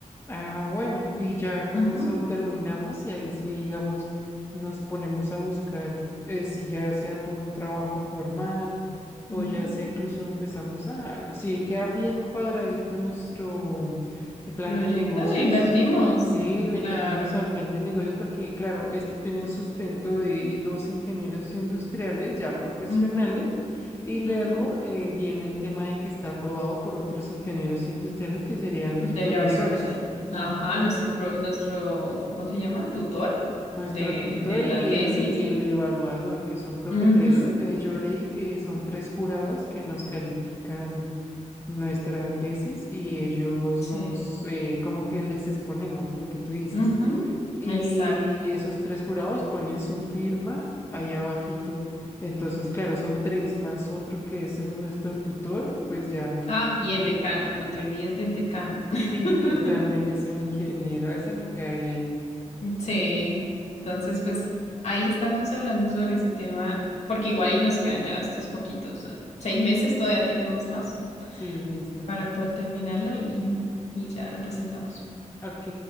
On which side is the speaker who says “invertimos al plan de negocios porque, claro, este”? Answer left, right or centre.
Left